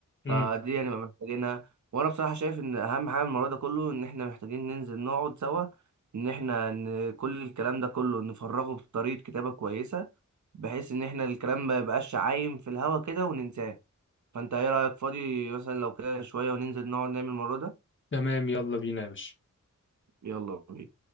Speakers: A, on the left; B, on the right.
A: امم
B: فدي هنبقى محتاجينها وأنا بصراحة شايف إن أهم حاجة من الموضوع ده كله إن إحنا محتاجين ننزل نقعد سوا ان احنا ان كل الكلام ده كله نفرغه بطريقة كتابة كويسة بحيث ان احنا الكلام ما يبقاش عايم في الهوا كده وننساه فانت ايه رأيك فاضي مثلا لو كده شوية وننزل نقعد نعمل الموضوع ده
A: تمام يلا بينا يا باشا
B: يلا بينا